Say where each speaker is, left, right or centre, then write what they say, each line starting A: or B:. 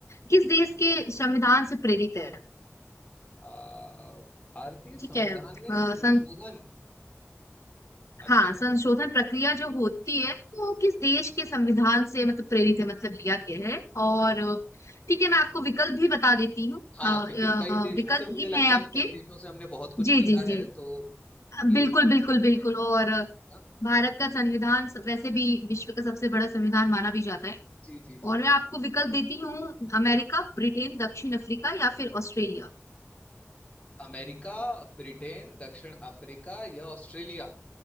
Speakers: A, on the left; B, on the left.
A: किस देश के संविधान से प्रेरित है
B: आ, भारतीय संविधान
A: ठीक है अ,
B: में संशोधन
A: सं,
B: अच्छा
A: हाँ संशोधन प्रक्रिया जो होती है वो किस देश के संविधान से मतलब प्रेरित है मतलब लिया गया है और अ, ठीक है मैं आपको विकल्प भी बता देती हूँ
B: हाँ
A: अ, अ,
B: क्योंकि कई देशों
A: विकल्प
B: से मुझे
A: ये
B: लगता
A: है आपके
B: है कई देशों से हमने बहुत कुछ
A: जी
B: लिया
A: जी जी
B: है तो ये
A: बिल्कुल
B: एकदम
A: बिल्कुल
B: ऐसे
A: बिल्कुल
B: है कि-
A: और
B: हाँ,
A: भारत का संविधान स- वैसे भी विश्व का सबसे बड़ा संविधान माना भी जाता है
B: जी जी जी
A: और
B: जी
A: मैं आपको विकल्प देती हूँ अमेरिका
B: बिल्कुल
A: ब्रिटेन दक्षिण अफ्रीका या फिर ऑस्ट्रेलिया
B: अमेरिका ब्रिटेन दक्षिण अफ्रीका या ऑस्ट्रेलिया